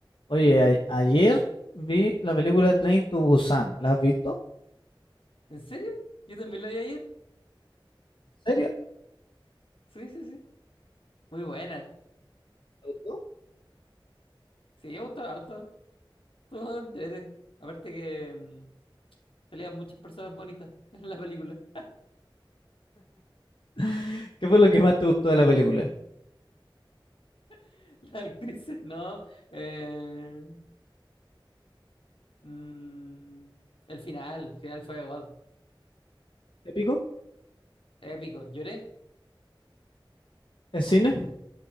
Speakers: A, on the left; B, on the left.
A: Oye, a- ayer vi la película Train to Busan. ¿La has visto?
B: ¿En serio? Yo también la vi ayer.
A: ¿En serio?
B: Sí, sí, sí. Muy buena.
A: ¿Te gustó?
B: Sí, me gustó harto. Todo entrete. Aparte que mm, salían muchas personas bonitas <laughs> en la película.
A: <laughs> ¿Qué fue lo que más te gustó de la película?
B: <laughs> Las actrices, no. Eh, mm, el final, el final fue igual.
A: ¿Te pico?
B: Épico. Lloré.
A: ¿Es cine?